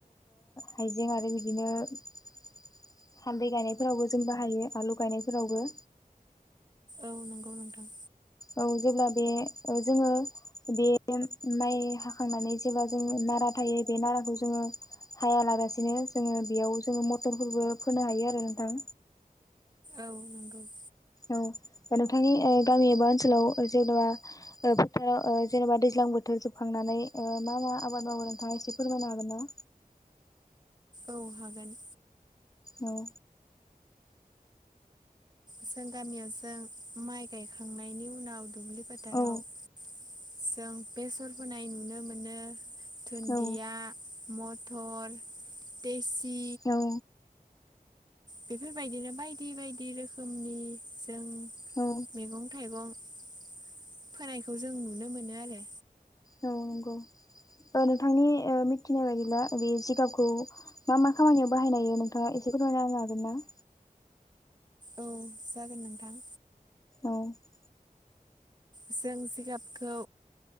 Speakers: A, on the left; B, on the right.
A: हाइजें आरो बिदिनो हान्दै गायनायफोरावबो जों बाहायो आलु गायनायफोरावबो
B: औ नंगौ नोंथां
A: औ जेब्ला बे जोङो बे माइ हाखांनानै जेब्ला जोङो नाराथ थायो बे नाराखौ जोङो हाया लागासिनो जोङो बेयाव जोङो मथरफोरबो फोनो हायो आरो नोंथां
B: औ नंगौ
A: औ नोंथांनि गामि एबा ओनसोलाव जेने'बा फोथाराव जेनेबा दैज्लां बोथोर बोथोर जोबखांनानै मा मा आबाद मावो नोंथाङा एसे फोरमायनो हागोन ना
B: औ हागोन
A: औ
B: जों गामियाव जों माइ गायखांनायनि उनाव दुब्लि फोथाराव
A: औ
B: जों बेसर फोनाय नुनो मोनो दुन्दिया
A: औ
B: मथ थर पेसि
A: औ
B: बेफोरबायदिनो बायदि बायदि रोखोमनि जों
A: औ
B: मैगं थाइगं फोनायखौ जों नुनो मोनो आरो
A: नंगौ नोंथांनि मिथिनाय बायदिब्ला बे जिगाबखौ मा मा खामानियाव बाहायनायायो नोंथाङा एसे फोरमायलाय हागोन दां
B: औ जागोन नोंथां
A: औ
B: जों जिखाबखौ